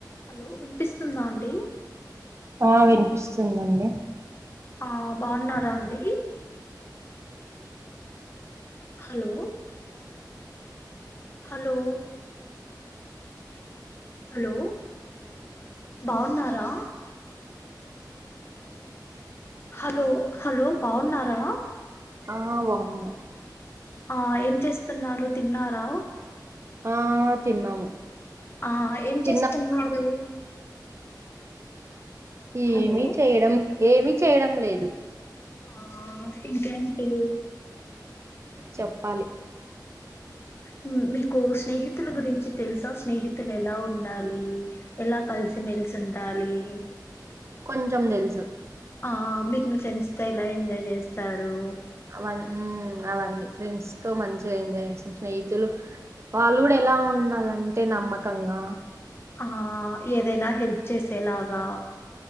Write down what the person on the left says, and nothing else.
Hello విన్పిస్తుందా అండి
ఆ బావున్నారా అండి హలో హలో హలో బావున్నా రా హలో హలో బాగున్నారా
ఆ ఏం చేస్తున్నారు తిన్నారా
ఆ ఏం
చేస్తున్నారు
హలో
ఆ ఇంకేంటి
మ్మ్ మీకు స్నేహితుల గురించి తెలుసా స్నేహితులు ఎలా ఉండాలి ఎలా కలిసి మెలిసి ఉండాలి
ఆ మీ మీ ఫ్రెండ్స్ తో ఎలా ఎంజాయ్ చేస్తారు
ఆ ఏదైనా హెల్ప్ చేసేలాగా